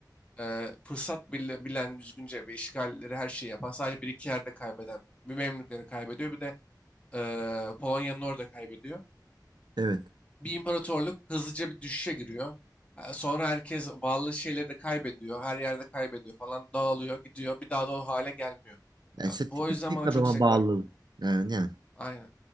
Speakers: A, on the left; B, on the right.
A: e, fırsat bil- bilen, düzgünce bir işgalleri her şeyi yapan, sadece bir iki yerde kaybeden, bir Memlükleri kaybediyor, bir de e, Polonya'nın orada kaybediyor.
B: Evet.
A: Bir imparatorluk hızlıca bir düşüşe giriyor. E, Sonra herkes bağlı şeyleri de kaybediyor, her yerde kaybediyor falan, dağılıyor, gidiyor. Bir daha da o hale gelmiyor.
B: Ya
A: Ya
B: işte
A: bu
B: tipik
A: o yüzden
B: tek
A: bana
B: adama
A: çok zevk
B: bağlılık.
A: vermiyor.
B: Yani, yani.
A: Aynen.